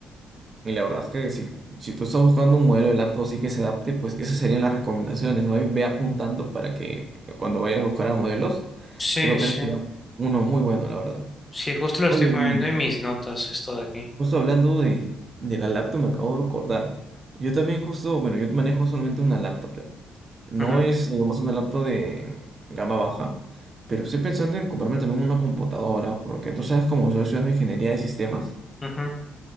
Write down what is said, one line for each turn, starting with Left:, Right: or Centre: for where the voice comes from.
Right: Y la verdad es que si, si tú estás buscando un modelo de laptop así que se adapte, pues esas serían las recomendaciones. Ve ve apuntando para que cuando vayas a buscar a modelos,
Left: Sí,
Right: creo
Left: sí.
Right: que ese sería uno muy bueno, la verdad.
Left: Sí, justo lo
Right: Oye,
Left: estoy poniendo
Right: y
Left: en mis notas, esto de aquí.
Right: Justo hablando de, de la laptop, me acabo de acordar. Yo también justo, bueno, yo manejo solamente una laptop. ya. No
Left: Ujú,
Right: es, digamos, una laptop de gama baja, pero estoy pensando en comprarme también una computadora, porque tú sabes, como soy estudiando ingeniería de sistemas,
Left: ujú.